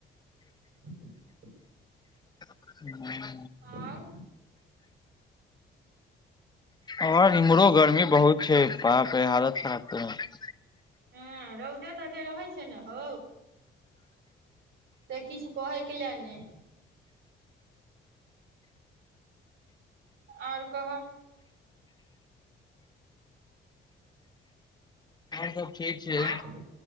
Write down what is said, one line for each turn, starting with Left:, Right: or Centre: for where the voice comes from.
Right: <unintelligible>
Left: <unintelligible>
Right: आओर
Left: आओर इमहरो गर्मी बहुत छै बापा रे हालत खराब कयने
Right: हँ रौदे तते रहै छै ने हौ से किछु कहैके लए ने आओर कहय
Left: सब ठीक छै
Right: आर